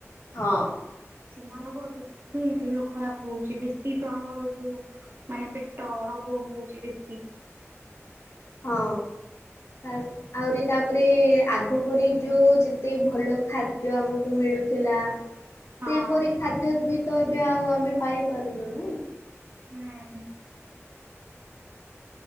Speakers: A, on the left; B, on the right.
A: ହଁ।
B: ସେମାନଙ୍କର ବେଶୀ ଦେହ ଖରାପ ହଉଛି ବେଶୀ ତ ଆମର ଯୋଉ ମାନେ ପେଟ ରୋଗ ହଉଛି ବେଶୀ।
A: ହଁ ଆ ଆହୁରି ତାପରେ ଆଗ ପରି ଯୋଉ ଯେତେ ଭଲ ଖାଦ୍ୟ ଆମକୁ ମିଳୁଥିଲା।
B: ହଁ।
A: ସେପରି ଖାଦ୍ୟ ବି ତ ଏବେ ଆଉ ଆମେ ପାଇପାରୁନୁ ନା।
B: ହୁଁ।